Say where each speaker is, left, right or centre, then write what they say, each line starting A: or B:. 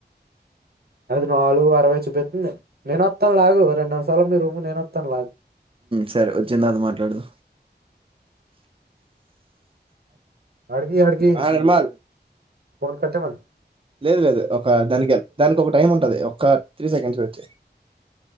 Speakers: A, on the right; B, on the right.
A: అది నాలుగు అరవై చూపిస్తుంది నేను వస్తాను లాగు రెండు నిమిషాలు మీ రూమ్ నేను వస్తాను లాగు
B: సరే వచ్చి తర్త మాట్లాడదు
A: అడ్కి అడకి
B: ఆ నిర్మల్
A: ఫన్ కట్ట మన
B: లేదు లేదు ఒక దానికి దానికి ఒక టైం ఉంటది ఒక త్రీ సెకండ్స్ పెడితే